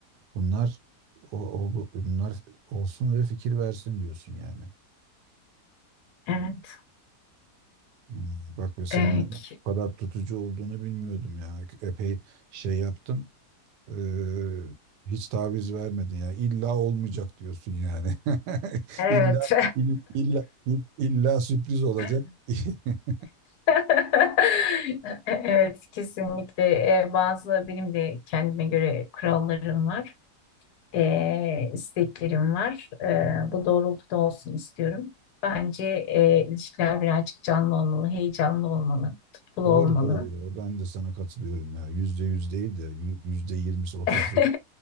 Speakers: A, on the right (about 80°); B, on the left (about 75°).
A: Bunlar o, o- bunlar olsun ve fikir versin diyorsun yani.
B: evet,
A: Hmm, Bak bu senin
B: evet.
A: ben bu kadar tutucu olduğunu bilmiyordum ya. Epey şey yaptım. eee, hiç taviz vermedin ya. İlla olmayacak diyorsun yani. <laughs>
B: evet.
A: İlla il- illa illa sürpriz olacak.
B: <laughs>
A: <laughs>
B: <laughs> Evet, kesinlikle. Ee, bazı benim de kendime göre kurallarım var, ee, isteklerim var. Ee, bu doğrultuda olsun istiyorum. Bence e, ilişkiler birazcık canlı olmalı, heyecanlı olmalı, tutkulu
A: Doğru
B: olmalı.
A: doğru ya. Ben de sana katılıyorum ya. Yüzde yüz değil de yü- yüzde yirmisi otuzu
B: <laughs>